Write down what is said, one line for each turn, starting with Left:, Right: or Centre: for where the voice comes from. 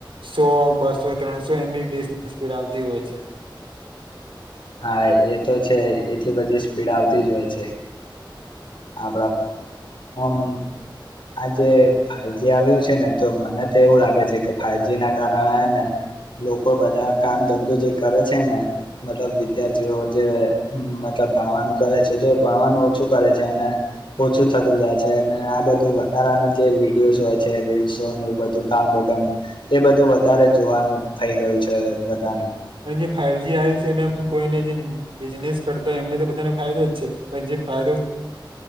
Right: સો બસો ત્રણસો એમ બી બી એસ ની સ્પીડ આવતી હોય છે
Left: હા એ તો છે એટલી બધી સ્પીડ આવતી જ હોય છે આપણામ આજે ફાઈવજી આવ્યું છે ને તો મને તો એવું લાગે છે કે ફાઈવજી ના કારણેને લોકો બધા કામ ધંધો જે કરે છે ને મતલબ વિધ્યાર્થીઓ જે મતલબ ભણવાનું કરે છે તો એ ભણવાનું ઓછું કરે છે જેને ઓછું થતું જાય છે અને આ બધું વધારાને જે વિડીયોઝ હોય છે રીલ્સો બધું કામ વગરનું એ બધું વધારે જોવાનું થઈ ગયું છે બધાનું
Right: અને જે ફાઈવજી આવ્યું છે એ કોઈને જે બિઝનેસ કરતા હો એમને તો બધાને ફાયદો જ છે પણ જે ફાયદો